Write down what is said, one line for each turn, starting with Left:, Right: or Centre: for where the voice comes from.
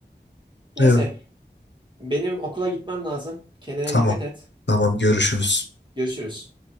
Right: Neyse
Left: Evet,
Right: benim okula gitmem lazım. Kendine
Left: tamam.
Right: dikkat et.
Left: Tamam görüşürüz.
Right: Görüşürüz.